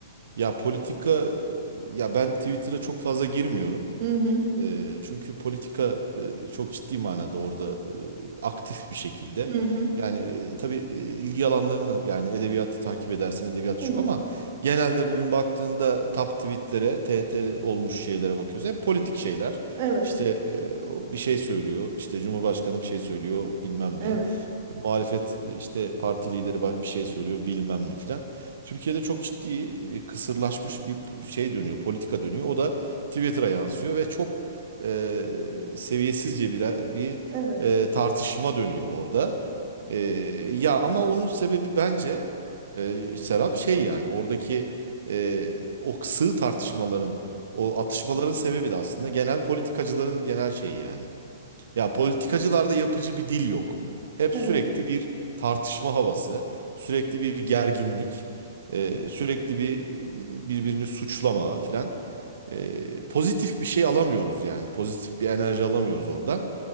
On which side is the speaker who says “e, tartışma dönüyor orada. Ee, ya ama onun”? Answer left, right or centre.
Right